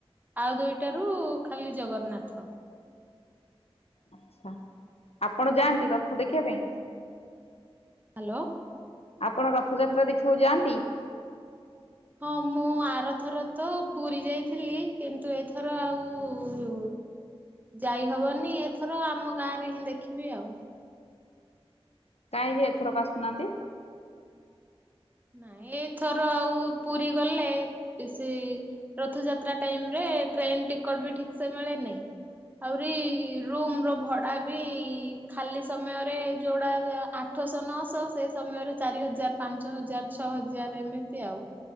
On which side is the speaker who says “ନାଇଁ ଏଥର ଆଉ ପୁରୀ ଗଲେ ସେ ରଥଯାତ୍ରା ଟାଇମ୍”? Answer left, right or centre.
Right